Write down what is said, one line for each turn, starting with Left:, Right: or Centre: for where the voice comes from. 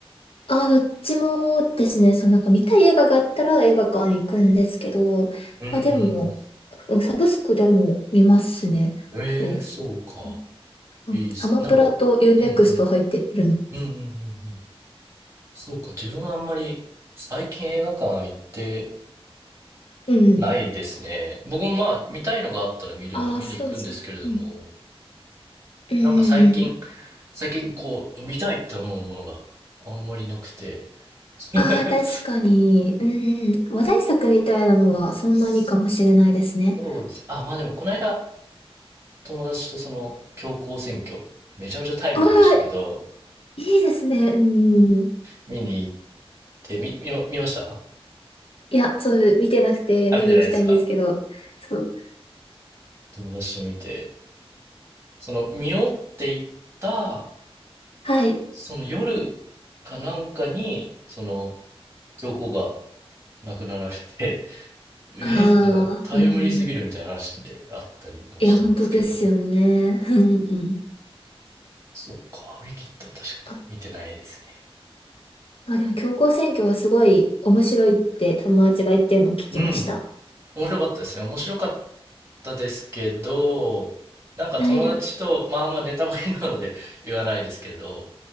Left: ああ、どっちもですね、そのなんか見たい映画があったら映画館行くんですけど、
Right: うんうん
Left: まあでも、うんサブスクでも見ますね。
Right: うん。ええー、
Left: そ
Right: そうか。
Left: う。うんアマプラとユーネクスト入ってるん。
Right: いいっす。なんか、うんうん。うんうんうんうん。そうか。自分はあんまり最近映画館行って
Left: うん。
Right: ないですね。僕もまあ見たいのがあったら見る、
Left: ああ、
Right: 見に行くんですけれども、
Left: そうですよね。うん。うん。
Right: なんか最近、最近こう見たいって思うものがあんまりなくて。<laughs>
Left: ああ、確かに。うん。話題作みたいなのはそんなにかもしれないですね。
Right: そうです。あ、まあでもこの間友達とその強行選挙、めちゃめちゃタイムリーでしたけど、
Left: ああ、いいですね。うん。
Right: 見に行って、み、見ま、見ました
Left: いや、ちょっと見てなくて見に行きたいんですけど。
Right: あ、見てないですか
Left: そう
Right: 友達と見て、その見よっていった、
Left: はい。
Right: その夜かなんかに、その、教皇が亡くなられて、<laughs> えー、
Left: あ
Right: みたいな、タイムリーすぎるみたいな話であったりもしたんですけれども。
Left: あ、うん。いや、本当ですよね。うんうん。
Right: そっか、ウィキッドは確かに見てないですね。
Left: あ、まあでも、強行選挙はすごい面白いって友達が言ってるのを聞きました。
Right: うん。面白かったですね。面白かったですけど、なんか友達と、
Left: はい。
Right: まああんまネタバレなので <laughs> 言わないですけれど、